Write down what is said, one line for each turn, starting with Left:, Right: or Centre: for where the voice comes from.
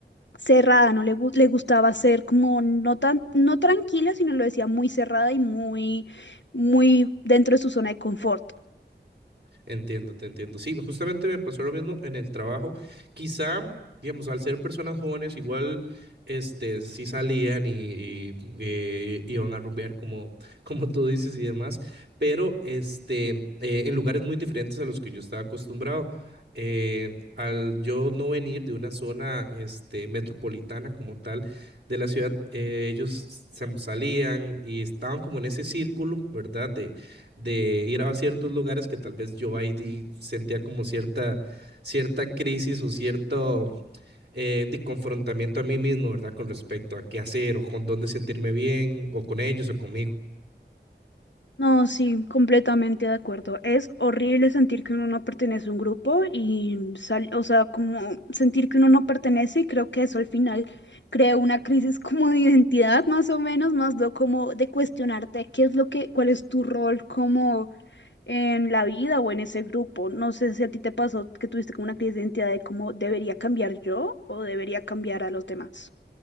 Left: cerrada, no le, gu- le gustaba ser como no tan, no tranquila, sino lo decía muy cerrada y muy, muy dentro de su zona de confort.
Right: Entiendo, te entiendo. Sí, justamente me pasó lo mismo en el trabajo. Quizá, digamos, al ser personas jóvenes, igual, este, sí salían y, y, eh, iban a rumbear como, <laughs> como tú dices y demás, pero, este, eh, en lugares muy diferentes a los que yo estaba acostumbrado. Eh, al yo no venir de una zona, este, metropolitana como tal de la ciudad, eh, ellos se salían y estaban como en ese círculo, ¿verdad? de ir a ciertos lugares que tal vez yo ahí di- sentía como cierta, cierta crisis o cierto eh, de confrontamiento a mí mismo, ¿verdad? Con respecto a qué hacer o con dónde sentirme bien o con ellos o conmigo.
Left: No, sí, completamente de acuerdo. Es horrible sentir que uno no pertenece a un grupo y sal- o sea, como sentir que uno no pertenece y creo que eso al final crea una crisis como de identidad, más o menos, más de como de cuestionarte qué es lo que, cuál es tu rol como en la vida o en ese grupo. No sé si a ti te pasó que tuviste como una crisis de identidad de cómo debería cambiar yo o debería cambiar a los demás.